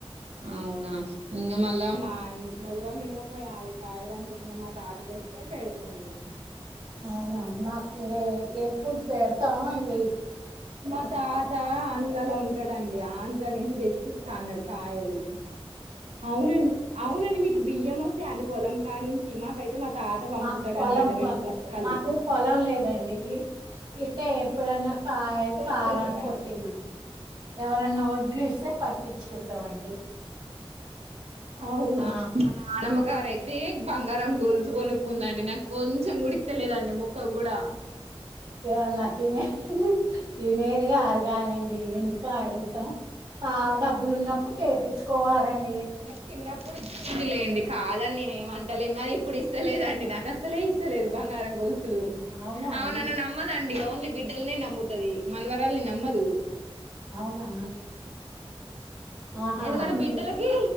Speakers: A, on the right; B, on the right.
A: అవునా ఇంకా మళ్ళా మా ఇంట్లో కూడా మేము ఒక యాభై కాయలు అనుకుంటున్నము మా తాత తెస్తే పెడతం మేము
B: అవునా మాకు ఇంక ఎప్పుడు పెడతామో ఇంగ
A: మా తాత అంద్రు అలా ఉంటు ఎక్కడండి ఆంధ్ర నుంచి తెప్పిస్తాన్నాడు కాయలు అవునండి అవునండి మీ బియ్యం వస్తాయి అండి పొలం కా నుంచి మాక అయితే మా తాత పంపుతాడు
B: మాకు పొలం
A: అనమాట
B: ప
A: రెండు బస్తాలు
B: మాకు పొలం లేదండీ ఇట్టే ఎప్పుడున్న కాయ్
A: కొనుక్కుంటారా
B: కారం కొట్టి మ ఎవరన్నా వడ్లు ఇస్తే పట్టించుకుంటామండి
A: అవునా
B: ఆ
A: మన ఆనమ్మకీ బంగార అయితే బంగారం గొల్సు కొనుక్కుందండి నాకు కొంచెం గూడ ఇత్తలేదండి ముక్క కూడా
B: ఏమన్నా తినే తినే ది కాదు కానండి ఎందుకు అడుగుతాం ఆ డబ్బులు ఉన్నప్పుడు ఏపిచ్చు కోవాలండి
A: నాకు చిన్నప్పుడు ఇచ్చింది లేండి కాదని నేను ఏమంటలేం గాని ఇప్పుడు ఇస్ ఇస్తాలే దండి నాకు అసలే ఇస్తలేదు బంగారం గొల్సు
B: అవునా అండి
A: ఆమె నన్ను నమ్మదండి ఓన్లీ బిడ్డలనే నమ్ముతది మనవరాల్ని నమ్మదు
B: అవునా ఆహా
A: ఎందుకంటే బిడ్డలకి